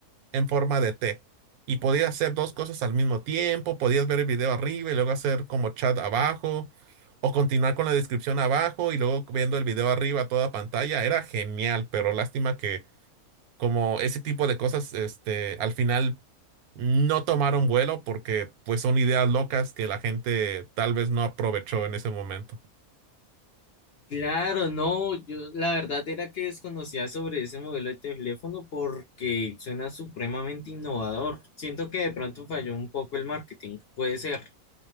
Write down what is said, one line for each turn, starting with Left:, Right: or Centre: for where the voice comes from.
Right: en forma de T. Y podías hacer dos cosas al mismo tiempo, podías ver el video arriba y luego hacer como chat abajo, o continuar con la descripción abajo y luego viendo el video arriba a toda pantalla. Era genial, pero lástima que como ese tipo de cosas, este, al final no tomaron vuelo porque pues son ideas locas que la gente tal vez no aprovechó en ese momento.
Left: Claro, no, yo la verdad era que desconocía sobre ese modelo de teléfono porque suena supremamente innovador. Siento que de pronto falló un poco el marketing, puede ser.